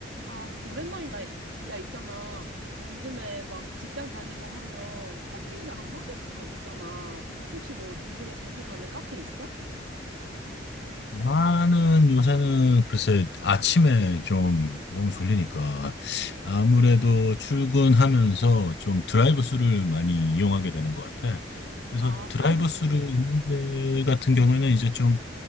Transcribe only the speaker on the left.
나는 요새는 글쎄 아침에 좀 너무 졸리니까
아무래도 출근하면서 좀 드라이브스루를 많이 이용하게 되는 것 같아. 그래서
드라이브스루
있는 데 같은 경우에는 이제 좀